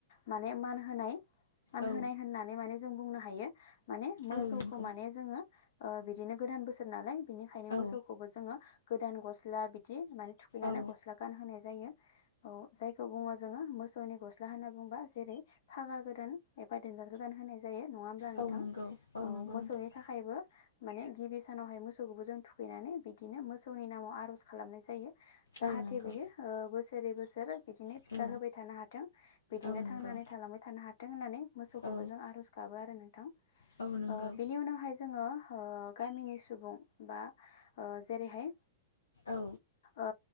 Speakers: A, on the left (about 60°); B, on the left (about 75°).
A: माने मान होनाय मान
B: औ
A: होनाय होननानै माने जों बुंनो हायो माने मोसौखौ
B: औ नंगौ
A: माने जोङो ओ बिदिनो गोदान बोसोर नालाय बिनिखायनो
B: औ
A: मोसौखौबो जोङो गोदान गस्ला बिदि माने थुखैनानै
B: औ
A: गस्ला गानहोनाय जायो। औ जायखौ बुङो जोङो मोस सौनि गस्ला होनना बुंङोबा जेरै फागा गोदान एबा दोनदाल गोदान होनाय जायो नङा होमब्ला नोंथां
B: औ नंगौ
A: औ
B: नंगौ
A: मोसौनि
B: नोंथां
A: थाखायबो माने गिबि सानावहाय मोसौखौबो जों थुखैनानै बिदिनो मोसौनि नामाव आर'ज खालामनाय जायो। जाहाथे
B: औ नंगौ
A: बियो ओ बोसोरै बोसोर बिदिनो फिसा
B: औ
A: होबाय थानो हाथों बिदिनो
B: औ नंगौ
A: थांनानै थालांबाय थानो हाथों होननानै मोसौखौबो
B: औ
A: जों आर'ज गाबो आरो नोंथां
B: औ नंगौ
A: ओ बेनि उनावहाय जोङो ओ गामिनि सुबुं बा ओ जेरैहाय
B: औ
A: ओ